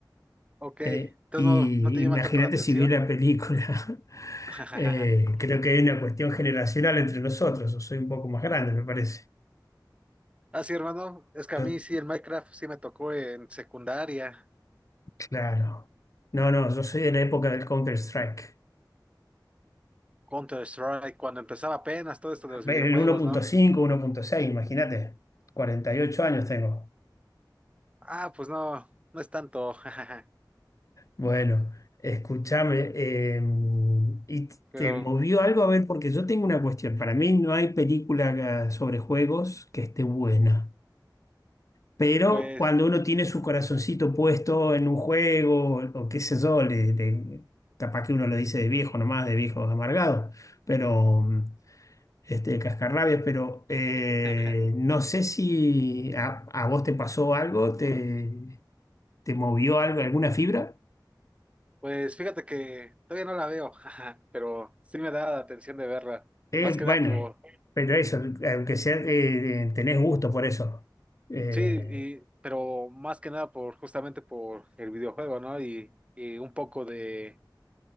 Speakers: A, on the right; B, on the left.
A: Ok,
B: eh,
A: entonces
B: y
A: no, no te
B: imagínate
A: llama tanto la atención.
B: si vi la película. <laughs>
A: <laughs>
B: Eh, creo que hay una cuestión generacional entre nosotros. Yo soy un poco más grande, me parece.
A: Ah, sí, hermano, es que
B: Yo,
A: a mí sí, el Minecraft sí me tocó en secundaria,
B: claro. No, no, yo soy de la época del Counter-Strike.
A: Counter Strike, cuando empezaba apenas todo esto de
B: A
A: los
B: ver,
A: videojuegos,
B: el uno uno punto
A: ¿no?
B: cinco uno punto seis imagínate. cuarenta y ocho años tengo.
A: Ah, pues no, no es tanto, <laughs>
B: Bueno, escúchame. eh, ¿y
A: pero
B: te movió algo? A ver, porque yo tengo una cuestión. Para mí no hay película sobre juegos que esté buena. Pero
A: pues,
B: cuando uno tiene su corazoncito puesto en un juego, o qué sé yo, le- le- capaz que uno lo dice de viejo nomás, de viejo amargado. Pero. este, el cascarrabias, pero eh,
A: <laughs>
B: no sé si a, a vos te pasó algo, te, te movió algo, alguna fibra.
A: pues fíjate que todavía no la veo, <laughs> pero sí me da la atención de verla,
B: Eh,
A: más que
B: bueno,
A: nada por...
B: pero eso, aunque sea, eh, tenés gusto por eso. Eh,
A: Sí, y, pero más que nada por justamente por el videojuego, ¿no? Y, y un poco de,